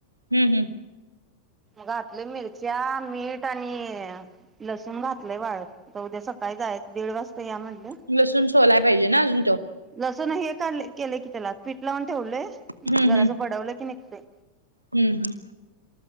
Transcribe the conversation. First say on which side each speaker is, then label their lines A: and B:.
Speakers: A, on the right (about 80°); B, on the right (about 20°).
A: हम्म, हम्म
B: घातलेय मिरच्या, मीठ आणि लसूण घातलेय वाळत. आता उद्या सकाळी जायाच दीड वाज तर या म्हणलं.
A: हम्म लसूण सोलाय पाहिजे ना अजून त्यो?
B: लसुन हे केलंय की त्याला पीठ लावून ठेवलय
A: हम्म
B: जरासं
A: हम्म
B: बढवलं की नई ते
A: हम्म हं